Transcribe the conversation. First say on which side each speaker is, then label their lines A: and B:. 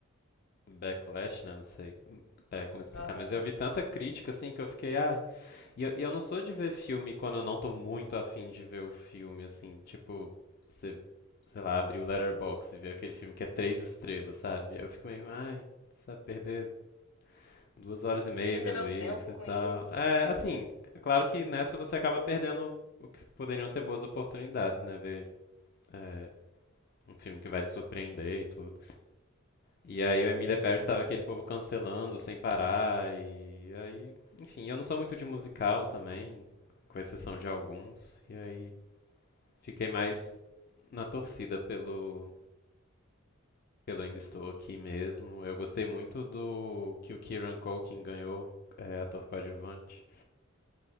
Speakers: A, on the left; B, on the left.
A: backlash, né? Não sei é, como explicar,
B: Aham.
A: mas eu vi tanta crítica assim que eu fiquei, ah, E eu, e eu não sou de ver filme quando eu não tô muito afim de ver o filme, assim, tipo, você, sei lá, abrir o Letterboxd e ver aquele filme que é três estrelas, sabe? Aí eu fico meio, ai, sabe, perder duas horas e meia
B: Perder
A: vendo
B: meu
A: isso
B: tempo
A: e
B: com
A: tal.
B: isso.
A: É, assim, é claro que nessa você acaba perdendo o que poderiam ser boas oportunidades, né? Ver, é, um filme que vai te surpreender e tudo. E aí o Emília Pérez estava aquele povo cancelando sem parar e aí, enfim, eu não sou muito de musical também, com exceção de alguns, e aí fiquei mais na torcida pelo pelo Ainda Estou Aqui mesmo. Eu gostei muito do que o Kieran Culkin ganhou, é, ator coadjuvante.